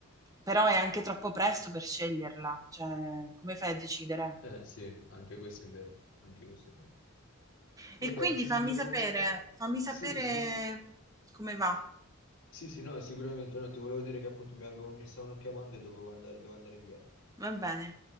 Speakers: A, on the right; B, on the left.
A: Però è anche troppo presto per sceglierla, cioè come fai a decidere?
B: Eh, sì, anche questo è vero. Anche questo è vero. Guarda,
A: E quindi
B: ti
A: fammi
B: devo...
A: sapere, fammi sapere
B: Sì, ti-
A: come va,
B: sì, sì, no, sicuramente no. Ti volevo dire che appunto mi, avevo- mi stavano chiamando e dovevo andare, devo andare via.
A: va bene.